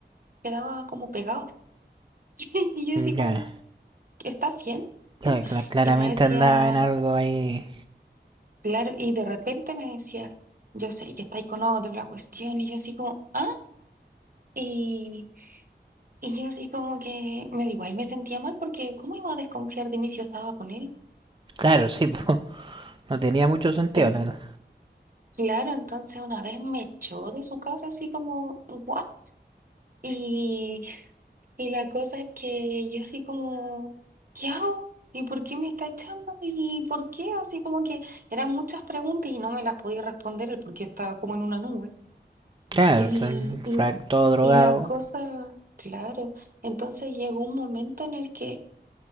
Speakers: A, on the right (about 50°); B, on the right (about 25°).
A: quedaba como pegado. <laughs> Y yo así como,
B: ya.
A: ¿estás bien?
B: Cla- cla- claramente
A: Y me decía,
B: andaba en algo ahí.
A: Claro, y de repente me decía, yo sé que estáis con otro, la cuestión, y yo así como, ah, y, y yo así como que me digo, ahí me sentía mal porque ¿cómo iba a desconfiar de mí si yo estaba con él?
B: Claro, sí, <laughs> po, no tenía mucho sentido,
A: En-
B: la verdad.
A: claro, entonces una vez me echó de su casa así como, ¿what? Y, y la cosa es que yo así como, ¿qué hago? ¿Y por qué me está echando? ¿Y por qué? Así como que eran muchas preguntas y no me las podía responder él porque estaba como en una nube.
B: Claro,
A: y
B: son
A: y
B: fra- todo drogado.
A: Y la cosa, claro, entonces llegó un momento en el que,